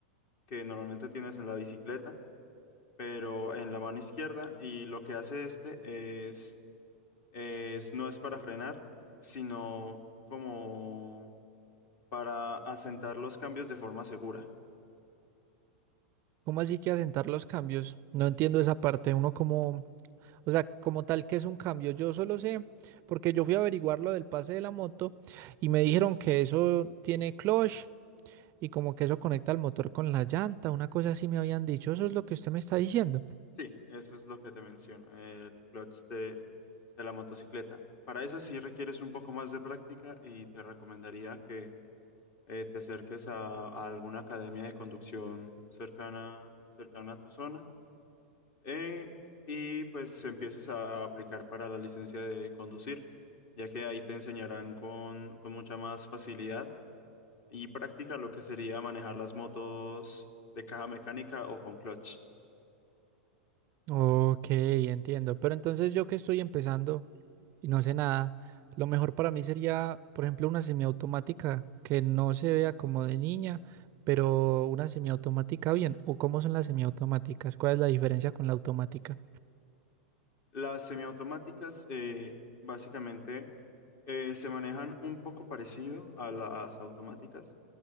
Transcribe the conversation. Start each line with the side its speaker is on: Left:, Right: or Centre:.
Left: que normalmente tienes en la bicicleta, pero en la mano izquierda. Y lo que hace este es, es no es para frenar, sino como para asentar los cambios de forma segura.
Right: ¿Cómo así que asentar los cambios? No entiendo esa parte. Uno como O sea, como tal que es un cambio. Yo solo sé, porque yo fui a averiguar lo del pase de la moto y me dijeron que eso tiene clutch y como que eso conecta el motor con la llanta, una cosa así me habían dicho. Eso es lo que usted me está diciendo.
Left: Sí, eso es lo que te menciono, el clutch de, de la motocicleta. Para esa sí requieres un poco más de práctica y te recomendaría que eh, te acerques a, a alguna academia de conducción cercana, cercana a tu zona eh, y pues empieces a aplicar para la licencia de conducir, ya que ahí te enseñarán con, con mucha más facilidad y práctica lo que sería manejar las motos de caja mecánica o con clutch.
Right: Ok, entiendo. Pero entonces yo que estoy empezando y no sé nada, lo mejor para mí sería, por ejemplo, una semiautomática que no se vea como de niña, pero una semiautomática bien. ¿O cómo son las semiautomáticas? ¿Cuál es la diferencia con la automática?
Left: Las semiautomáticas eh, básicamente eh, se manejan un poco parecido a las automáticas